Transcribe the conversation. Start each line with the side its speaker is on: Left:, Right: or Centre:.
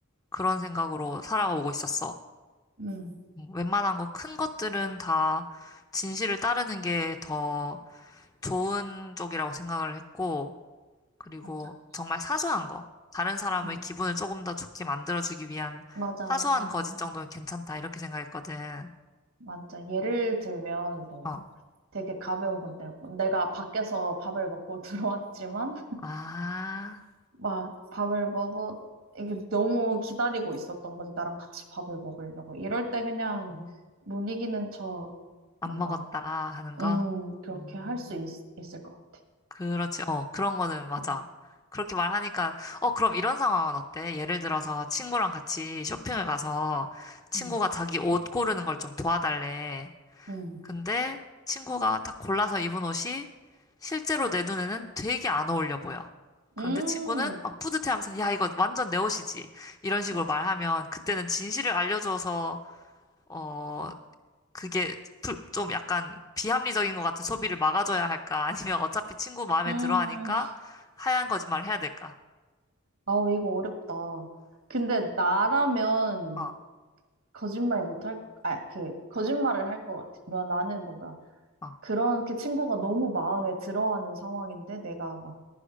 Left: 그런 생각으로 살아오고 있었어.
Right: 음,
Left: 음, 웬만한 거 큰 것들은 다 진실을 따르는 게 더 좋은 쪽이라고 생각을 했고, 그리고
Right: 맞아.
Left: 정말 사소한 거. 다른 사람의
Right: 음,
Left: 기분을 조금 더 좋게 만들어주기 위한
Right: 맞아,
Left: 사소한
Right: 맞아.
Left: 거짓 정도면 괜찮다. 이렇게 생각했거든.
Right: 맞아. 예를 들면, 뭐,
Left: 어.
Right: 되게 가벼운 건데, 내가 밖에서 밥을 먹고 <laughs> 들어왔지만,
Left: 아,
Right: 막 밥을 먹어 이게 너무 기다리고 있었던 거지 나랑 같이 밥을 먹으려고 이럴 때 그냥
Left: 음,
Right: 못 이기는 척
Left: 안
Right: 뭔가
Left: 먹었다 하는 거?
Right: 음 그렇게
Left: 음,
Right: 할 수 있을 것 같아
Left: 그렇지. 어, 그런 거는 맞아.
Right: 음,
Left: 그렇게 말하니까, 어, 그럼 이런 상황은 어때? 예를 들어서 친구랑 같이 쇼핑을 가서 친구가
Right: 음,
Left: 자기 옷 고르는 걸 좀 도와달래.
Right: 음,
Left: 근데 친구가 딱 골라서 입은 옷이 실제로 내 눈에는 되게 안 어울려 보여. 그런데
Right: 음,
Left: 친구는 막 뿌듯해하면서 야 이거 완전 내 옷이지 이런 식으로
Right: 맞아
Left: 말하면 그때는 진실을 알려줘서 어 그게 불- 좀 약간 비합리적인 것 같은 소비를 막아줘야 할까 <laughs> 아니면 어차피 친구 마음에
Right: 음
Left: 들어 하니까
Right: <laughs>
Left: 하얀 거짓말을 해야 될까?
Right: 아우 이거 어렵다 근데 나라면
Left: 어,
Right: 거짓말 못할 아 그 거짓말을 할 것 같아 뭐 나는 뭔가
Left: 어.
Right: 그렇게 친구가 너무 마음에 들어하는 상황인데 내가 막